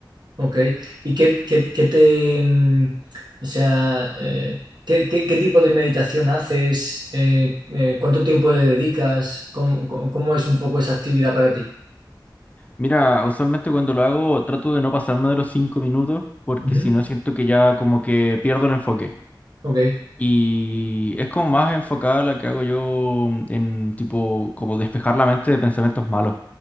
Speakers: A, on the right; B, on the left.
A: ok. ¿Y qué, qué, qué te, mm, o sea, eh, qué, qué- qué tipo de meditación haces? Eh, eh, ¿cuánto tiempo le dedicas? ¿Cómo, cómo- cómo es un poco esa actividad para ti?
B: Mira, usualmente cuando lo hago trato de no pasarme de los cinco minutos porque
A: Ujú,
B: si no siento que ya como que pierdo el enfoque.
A: Ok.
B: Y es como más enfocada la que hago yo mm, en tipo como despejar la mente de pensamientos malos,